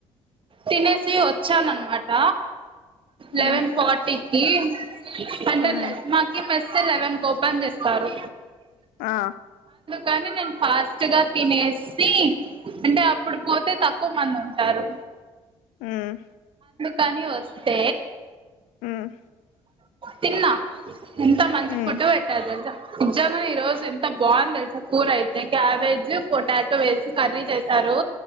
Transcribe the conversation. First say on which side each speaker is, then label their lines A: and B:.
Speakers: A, on the right; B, on the left.
A: తినేసి వచ్చాను అన్నమాట లెవెన్
B: మ్
A: ఫార్టీ ఏ పంటదు
B: మ్
A: లె మాకి పెస్ సె లెవెన్ కి ఓపెన్ చేస్తారు
B: ఆ
A: కానీ నేను ఫాస్ట్ గా తినేస్ సి అంటే అప్పుడు పోతే తక్కువ మంది ఉన్ టారు
B: మ్మ్
A: కానీ వస్తే
B: మ్
A: తిన్నా ఎంత మంచి
B: మ్
A: ఫుడ్ పెట్టరు తెల్సా నిజ్జంగానే ఈ రోజు ఎంత బాగుందెలుస కూూరయితే క్యాబేజ్ పొటాట్ వేసి కర్రీ చేశారు